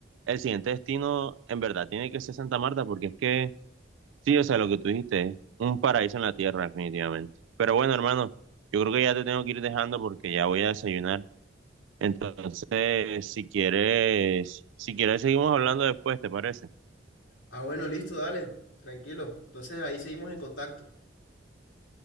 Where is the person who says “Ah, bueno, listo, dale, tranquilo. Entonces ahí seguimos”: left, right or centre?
Left